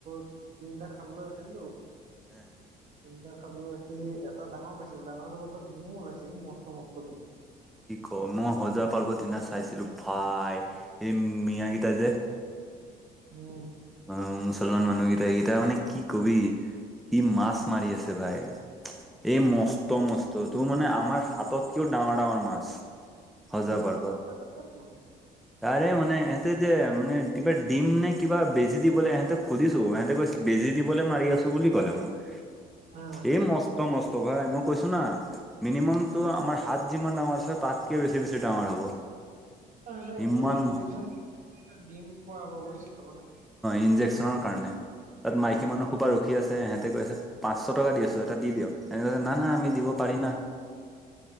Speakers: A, on the right; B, in the centre.
A: তিনিটা খাবলৈ ৰাখি দিলো।
B: এ।
A: তিনিটা খালু সি এটা ডাঙৰ পাইছিলো, ডাঙৰটোৰ পাছত ডিমো ওলাইছে এই মস্ত মস্ত ডিম।
B: কি কওঁ মই হজোৱা পাৰ্কৰত সিদিনা। চাইছিলো ভাই এই মিয়াকেইটা যে।
A: উম।
B: অ মুছলমান মানুহকেইটা কেইটা মানে কি কবি কি মাছ মাৰি আছে ভাই। এই মস্ত মস্ত তোৰ মানে আমাৰ হাতত কিয় ডাঙৰ ডাঙৰ মাছ। সজা
A: হজাৰবাদ
B: পাৰ্কত
A: মাছ মাৰিব দিয়েটো।
B: তাৰে মান ইহঁতে যে মানে কিবা। দিম নে কিবা বেজি দিবলৈ ইহঁতক সুধিছো ইহঁতে কৈছে বেজি দিবলৈ মাৰি আছোঁ বুলি ক'লে মোক।
A: হা
B: এ মস্ত মস্ত ভাই মই কৈছোঁ না। মিনিমাম তো আমাৰ হাত যিমান ডাঙৰ আছে তাতকে বেছি বেছি ডাঙৰ হব।
A: হতেজ
B: ইমান
A: ইন্জেকচন দিম পোৱাব বুজছো মানে <unintelligible>
B: ইনজেকশ্যন কাৰণে, তাত মাইকী মানুহ সোপা ৰখি আছে, ইহঁতে কৈছে পাঁচশ টকা দি আছো, এটা দি দিয়ক। ইহঁতে কৈছে না না আমি দিব পাৰি না।